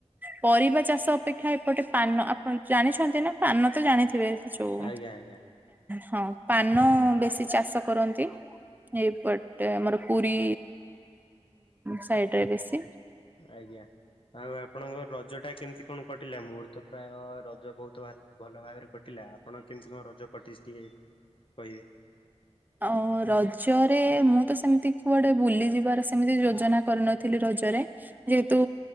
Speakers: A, on the right; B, on the left.
A: ପରିବା ଚାଷ ଅପେକ୍ଷା ଏପଟେ ପାନପ ଜାଣିଛନ୍ତି ନା ପାନ ତ ଜାଣିଥିବେ ଯୋଉ
B: ଆଜ୍ଞା ଆଜ୍ଞା
A: ହଁ ପାନ ବେଶୀ ଚାଷ କରନ୍ତି। ଏପଟେ ଆମର ପୁରୀ ସାଇଡରେ ବେଶୀ
B: ଆଜ୍ଞା ଆଉ ଆପଣଙ୍କ ରଜ ଟା କେମତି କଣ କଟିଲା ମୋର ତ ପ୍ରାୟ ରଜ ବହୁତ ଭଲ ଭାବରେ କଟିଲା ଆପଣ କେମିତି କଣ ରଜ କଟିଛି ଟିକେ କହିବେ?
A: ଆ ରଜରେ ମୁଁ ତ ସେମିତି କୁଆଡେ ବୁଲିଯିବାର ସେମିତି ଯୋଜନା କରିନଥିଲି ରଜ ରେ ଜେହେତୁ